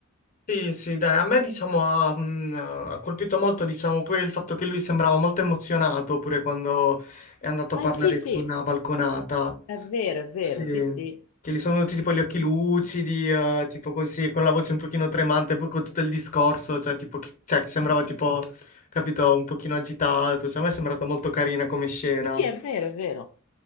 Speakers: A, on the left; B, on the left.
A: Sì, sì, dai, a me diciamo ha, mh, ha colpito molto, diciamo, pure il fatto che lui sembrava molto emozionato pure quando è andato
B: Eh
A: a parlare
B: sì, sì,
A: sulla balconata.
B: è vero, è vero,
A: Sì,
B: sì, sì.
A: che gli sono venuti tipo gli occhi lucidi, eh, tipo così, con la voce un pochino tremante, poi con tutto il discorso, cioè tipo, che, cioè, che sembrava
B: Sì,
A: tipo, capito, un pochino agitato, cioè a me è sembrata molto carina come scena,
B: è vero, è vero.